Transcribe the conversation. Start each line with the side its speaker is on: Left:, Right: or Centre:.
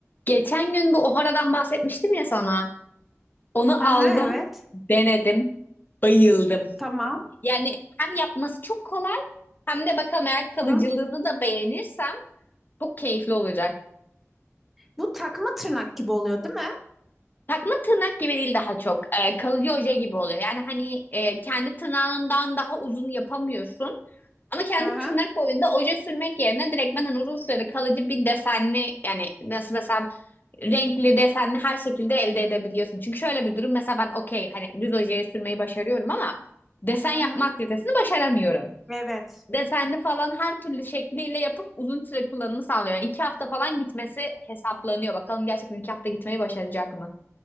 Left: Geçen gün bu Ohara'dan bahsetmiştim ya sana. Onu
Centre: Hı
Left: aldım,
Centre: hı, evet.
Left: denedim, bayıldım.
Centre: Tamam.
Left: Yani hem yapması çok kolay hem de bakalım eğer kalıcılığını
Centre: Hı hı.
Left: da beğenirsem çok keyifli olacak.
Centre: Bu takma tırnak gibi oluyor, değil mi?
Left: Takma tırnak gibi değil daha çok. Ee, kalıcı oje gibi oluyor. Yani hani e, kendi tırnağından daha uzun yapamıyorsun. Ama kendi
Centre: Hı hı.
Left: tırnak boyunda oje sürmek yerine direkt ben hani uzun süreli kalıcı bir desenli yani nasıl desem renkli desenli her şekilde elde edebiliyorsun. Çünkü şöyle bir durum mesela ben okey hani düz ojeyi sürmeyi başarıyorum ama desen
Centre: Hı
Left: yapma
Centre: hı.
Left: aktivitesini başaramıyorum.
Centre: Evet.
Left: Desenli falan her türlü şekliyle yapıp uzun süre kullanımı sağlıyor. Yani iki hafta falan gitmesi hesaplanıyor. Bakalım gerçekten iki hafta gitmeyi başaracak mı?